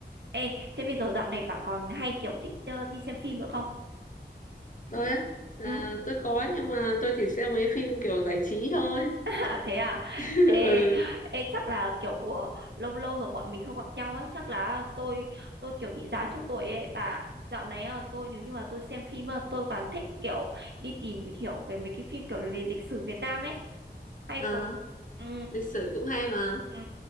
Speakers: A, on the right; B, on the left.
A: Ê, thế bây giờ dạo này bà còn hay kiểu thích ờ, đi xem phim nữa không?
B: Tôi á, à,
A: Ừ.
B: tôi có nhưng mà tôi chỉ xem mấy phim kiểu giải trí thôi.
A: <laughs> À, thế à?
B: <laughs>
A: Ê,
B: Ừ,
A: ê chắc là kiểu ờ, lâu lâu rồi bọn mình không gặp nhau ấy, chắc là tôi tôi kiểu bị già trước tuổi ấy bà. Dạo này ờ, tôi nếu như mà tôi xem phim ờ, tôi toàn thích kiểu đi tìm hiểu về mấy cái phim kiểu về lịch sử Việt Nam ấy. Hay
B: à,
A: có ừ,
B: lịch sử cũng hay mà.
A: ừ.